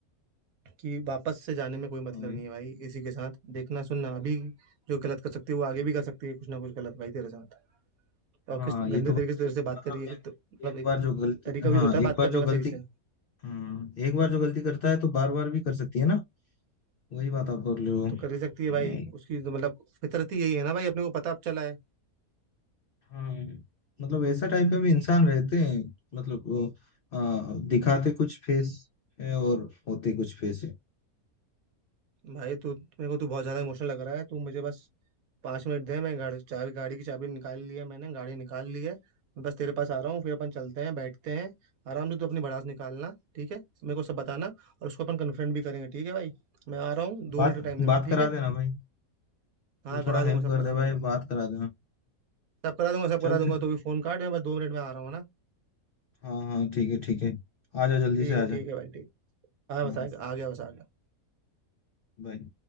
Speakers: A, on the right; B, on the left.
A: कि वापस से जाने में कोई मतलब
B: हाँ भाई
A: नहीं है भाई इसी के साथ देखना सुनना अभी जो गलत कर सकती है वो आगे भी कर सकती है कुछ ना कुछ गलत भाई तेरे साथ और
B: हाँ
A: किस गंदे
B: ये तो
A: तरीके
B: बात
A: से तेरे
B: है।
A: से बात
B: मतलब
A: करी है
B: एक,
A: तो मतलब
B: एक
A: एक
B: बार जो गलती
A: तरीका भी
B: हाँ
A: तो होता है
B: एक
A: बात
B: बार
A: करने
B: जो
A: का
B: गलती
A: सही से
B: हाँ एक बार जो गलती करता है तो बार बार भी कर सकती है ना वही बात आप बोल रहे हो
A: वो तो कर ही सकती
B: हम्म,
A: है भाई उसकी तो मतलब फितरत ही यही है ना भाई अपने को पता अब चला है
B: हाँ मतलब ऐसा टाइप का भी इंसान रहते हैं मतलब वो, आ, दिखाते कुछ फेस है और होते कुछ फेस है
A: भाई तू मेरे को तू बहुत ज्यादा इमोशनल लग रहा है तू मुझे बस पाँच मिनट दे मैं गाड़ी चाबी गाड़ी की चाबी निकाल ली है मैंने गाड़ी निकाल ली है मैं बस तेरे पास आ रहा हूँ फिर अपन चलते हैं बैठते हैं आराम से तू अपनी भड़ास निकालना ठीक है मेरे को सब बताना और उसको अपन कन्फ्रंट भी करेंगे ठीक है भाई मैं आ रहा हूँ दो
B: बात
A: मिनट का टाइम दे मेरे
B: बात
A: को ठीक
B: करा
A: है
B: देना भाई
A: हाँ
B: तू
A: करा
B: थोड़ा हेल्प
A: दूंगा
B: कर
A: सब करा
B: दे भाई
A: दूंगा
B: बात करा देना
A: सब करा दूंगा सब
B: चलते
A: करा दूंगा तो भी फोन काट मैं बस दो मिनट में आ रहा हूँ ना
B: हाँ हाँ ठीक है ठीक है आ जा जल्दी
A: ठीक
B: से
A: है
B: आ जा
A: ठीक है भाई ठीक हाँ
B: हाँ
A: बस आ आ गया बस आ गया
B: बाय